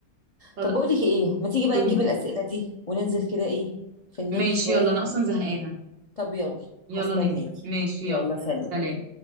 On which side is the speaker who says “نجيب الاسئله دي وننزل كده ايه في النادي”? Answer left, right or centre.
Left